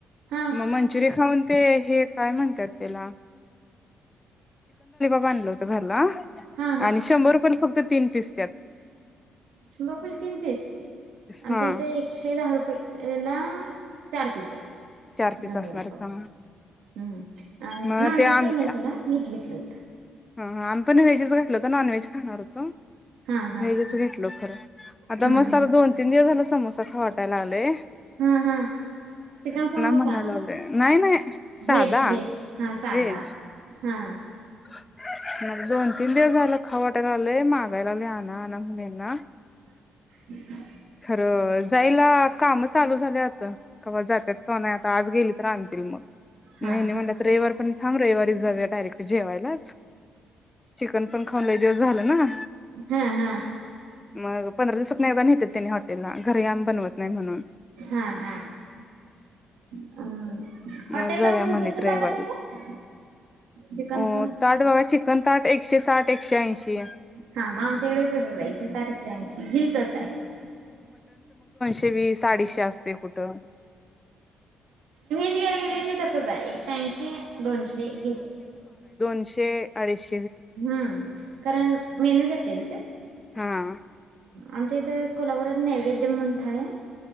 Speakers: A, on the right; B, on the left.
A: हा
B: मग मंचुि खाऊन ते काय म्हणतात त्याला बनलवतो झारला
A: हा
B: आणि शंभर रुपये फक्त तीन पीस त्यात
A: सुंदरपल ती पिस आमच्या
B: हा
A: इथे एकशे दहा रुपये एला चार पीस यत
B: चार
A: चिकन
B: पीस असणार
A: लॉलीपॉप
B: हा
A: हम्म आणि
B: मग
A: नॉन
B: ते
A: व्हेज
B: आम
A: काही नाही सगडा वीच घेतलं होतं
B: ह आणि पण व्हेजच घातलं हो तर नॉन व्हेज खाणार होतो
A: हा हा
B: हेजच घेतल खरं आता
A: हम्म
B: मसाला
A: हम्म
B: दोन तीन दिवस झाला समोसा खावाटयलागलेय
A: हा हा चिकन समोसा
B: म्हणायला लागलोय नाही नाही साधा
A: वेज वेज हा सादा
B: व्हेज
A: हा
B: <inaudible> मग दोन तीन दिवस झालं खवटेला आले माग यलाले आ ना आ नमुन ना
A: ह हा
B: खरं, जायला कामं चालू झाल्यात. त कवा जात्यात कवा नाही आता आज गेली तर आणतील म.
A: हा
B: म
A: हा
B: हेनी
A: हा
B: म्हणल्या त रविवार पण थांब रविवारी जाऊया डायरेक्ट जेवायलाच. चिकन पण खाऊन लई दिवस झालं ना.
A: हा हा
B: मग पंधरा दिवसातनं एगदा न्हेत्यात तेनी हॉटेलला. घरी आमी बनवत नाही म्हणून.
A: हा हा अ हॉटेलला
B: अं जव्या
A: पण
B: म्हणलीत
A: कसं
B: रविवारी.
A: ताट आहे तिकडं चिकनचा
B: अं ताट बघा चिकन न् ताट एकशे साठ एकशे ऐंशी.
A: हां, म आमच्या कडे तसंच आय एकशे साठ एकशे ऐंशी. गिल तसं आय.
B: तेवीसाडीशे असते कुटं.
A: ची गेली गेली नी तसंच आय, एकशे ऐंशी दोनशे घेत
B: तशे आडीश
A: हम्म, कारण मेनू जास्त आय गं त्यात?
B: हा
A: आमच्या इथे कोल्हापुरात नैवेद्य मंथळ आय